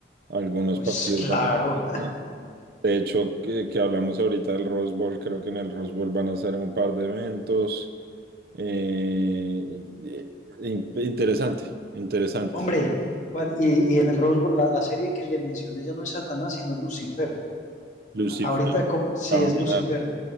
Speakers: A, on the right; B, on the left.
A: algunos
B: Pues
A: partidos
B: claro,
A: van a hacer acá.
B: <laughs> tiene que-
A: De hecho, que, que hablamos ahorita del Rose Bowl, creo que en el Rose Bowl van a hacer un par de eventos. Eh, eh, in- interesante, interesante.
B: Hombre, Juan, y, y en el Rose Bowl, la, la serie que le mencioné yo no es Satanás, sino Lucifer.
A: Lucifer,
B: A- ahorita, como, sí,
A: ah,
B: es
A: mira,
B: Lucifer.